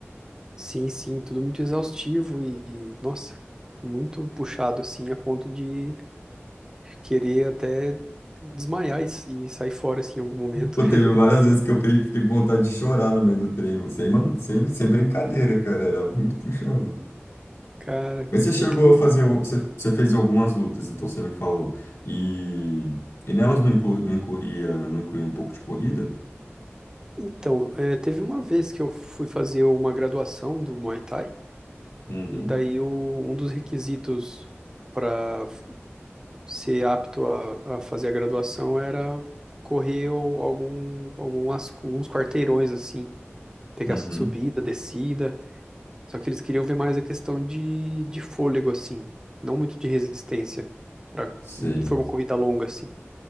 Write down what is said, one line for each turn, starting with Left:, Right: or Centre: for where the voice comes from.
Right: sim, sim, tudo muito exaustivo e, e, nossa, muito puxado assim a ponto de querer até desmaiar e, e sair fora assim em algum momento.
Left: Pô, teve
Right: <laughs>
Left: várias vezes que eu peguei- fiquei com vontade de chorar no meio do treino, sem, ma- sem, sem brincadeira, cara, era muito puxado.
Right: Cara,
Left: Mas você chegou
Right: incrível.
Left: a fazer, o- você, você fez algumas lutas, então você me falou. E, e nelas não, inclu, não incluía, não incluía um pouco de corrida?
Right: Então, é, teve uma vez que eu fui fazer uma graduação do Muay Thai
Left: Uhum.
Right: e daí o- um dos requisitos para ser apto a, a fazer a graduação era correr o- algum, algumas, alguns quarteirões assim, pegar
Left: Uhum,
Right: subida, descida. Só que eles queriam ver mais a questão de, de fôlego assim, não muito de resistência. Pra,
Left: sei.
Right: não foi uma corrida longa assim.